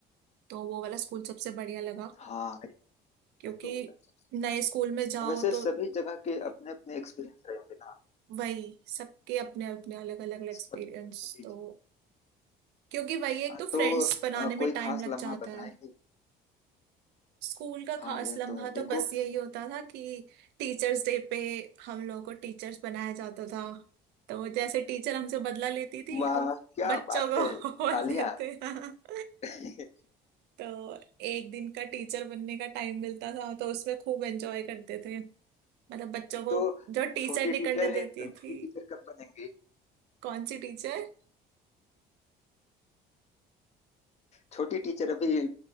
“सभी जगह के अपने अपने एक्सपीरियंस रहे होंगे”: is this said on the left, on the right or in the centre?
Left